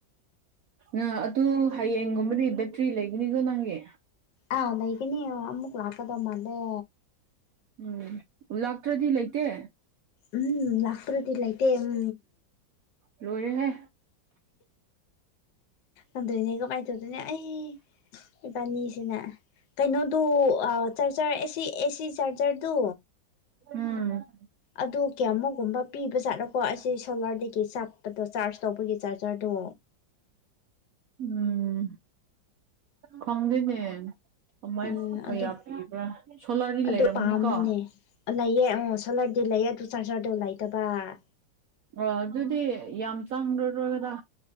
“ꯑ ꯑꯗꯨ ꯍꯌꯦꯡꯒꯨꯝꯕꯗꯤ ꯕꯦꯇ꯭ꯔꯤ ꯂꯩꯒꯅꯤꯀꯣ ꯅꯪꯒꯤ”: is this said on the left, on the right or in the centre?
Right